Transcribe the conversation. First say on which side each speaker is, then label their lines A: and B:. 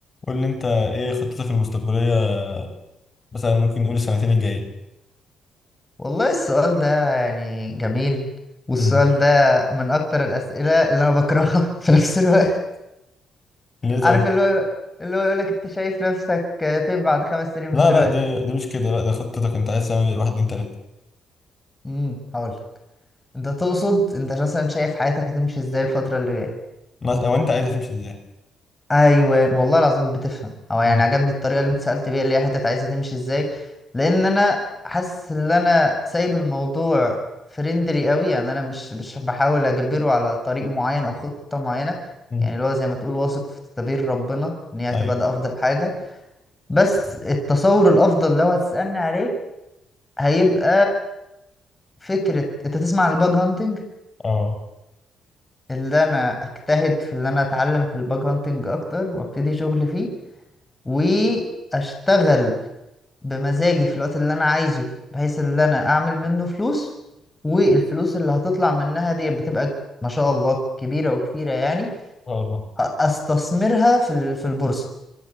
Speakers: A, on the left; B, on the left.
A: قول لي انت ايه خطتك المستقبلية مثلا ممكن نقول السنتين الجايين
B: والله السؤال ده يعني جميل والسؤال
A: امم
B: ده من اكتر الاسئله اللي انا بكرهها <laughs> في نفس الوقت
A: ليه طيب
B: عارف اللي هو اللي هو يقولك انت شايف نفسك فين بعد خمس سنين من
A: لا
B: دلوقتي
A: لا دي دي مش كده لا ده خطتك انت عايز تعمل ايه واحد اتنين تلاتة
B: امم هقول انت تقصد انت مثلا شايف حياتك هتمشي ازاي الفتره اللي جايه
A: ما- او انت عايزها تمشي ازاي
B: ايوه والله العظيم بتفهم او يعني
A: امم
B: عجبني الطريقه اللي انت سالت بيها اللي هي حته عايزها تمشي ازاي لان انا حاسس ان انا سايب الموضوع فريندلي قوي يعني انا مش مش بحاول اجبره على طريق معين او خطه معينه
A: امم
B: يعني اللي هو زي ما تقول واثق في تدبير ربنا ان هي هتبقى
A: ايوه
B: ده افضل حاجه بس التصور الافضل لو هتسالني عليه هيبقى فكره انت تسمع عن الباج هانتنج
A: اه
B: اللي انا اجتهد في ان انا اتعلم في الباج هانتنج اكتر وابتدي شغل فيه و اشتغل بمزاجي في الوقت اللي انا عايزه بحيث ان انا اعمل منه فلوس والفلوس اللي هتطلع منها دي بتبقى ما شاء الله كبيرة وكتيرة يعني
A: اه طبعا.
B: أ- استثمرها في ال- في البورصة